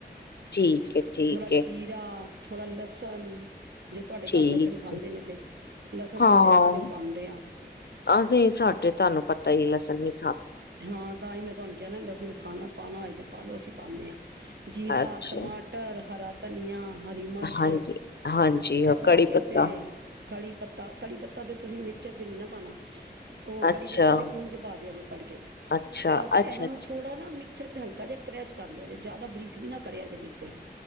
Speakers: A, on the left; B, on the right.
A: ਠੀਕ ਹੈ ਠੀਕ
B: ਥੋੜਾ
A: ਹੈ
B: ਜੀਰਾ ਥੋੜਾ ਲਸਨ ਜੇ ਤੁਹਾਡੇ ਘਰ
A: ਠੀਕ
B: ਲਸਣ ਖਾਂਦੇ
A: ਹੈ
B: ਨੇ ਤੇ ਲਸਣ
A: ਹਾਂ,
B: ਪਾ ਲਿਆ ਅਸੀਂ ਤੇ ਪਾਉਂਦੇ ਹਾਂ
A: ਹਾਂਜੀ ਸਾਡੇ ਤੁਹਾਨੂੰ ਪਤਾ ਹੀ ਕੀ ਲਹਸਨ ਨਹੀਂ
B: ਹਾਂ, ਤਾਂ ਹੀ ਮੈਂ ਤੁਹਾਨੂੰ ਕ ਕਿਹਾ ਨਾ ਲਸਣ ਖਾਣਾ ਪਾਉਣਾ ਹੋਏ ਤੇ ਪਾਲੋ ਅਸੀਂ ਪਾਂਦੇ ਹਾਂ ਜੀਰਾ,
A: ਅੱਛਾ
B: ਟਮਾਟਰ, ਹਰਾ ਧਨੀਆਂ ਹਰੀ ਮਿਰਚ
A: ਹਾਂਜੀ,
B: ਇਹ
A: ਹਾਂਜੀ ਹਾਂ ਕੜੀ
B: ਪਾ ਕੇ
A: ਪੱਤਾ
B: ਤੇ ਕੜੀ ਪੱਤਾ-ਕੜੀ ਪੱਤਾ ਤੇ ਤੁਸੀਂ ਮਿਕਚਰ ਚ ਨਹੀਂ ਨਾ ਪਾਨਾ ਉਹ
A: ਅੱਛਾ,
B: ਕੜੀ ਪੱਤਾ ਤੇ ਉਂਝ ਪਾ ਲਿਆ ਜੈ ਤੜਕੇ ਚ।
A: ਅੱਛਾ,
B: ਕ ਤੇ ਇਹਨਾਂ
A: ਅੱਛਾ, ਅੱਛਾ
B: ਨੂੰ ਥੋੜਾ ਨਾ ਮਿਕਚਰ ਚ ਹਲਕਾ ਜਿਹਾ ਕਰੈਸ਼ ਕਰ ਲਿਆ ਜੇ, ਜਿਆਦਾ ਬਰੀਕ ਵੀ ਨਾ ਕਰਿਆ ਜੇ ਬਿਲਕੁਲ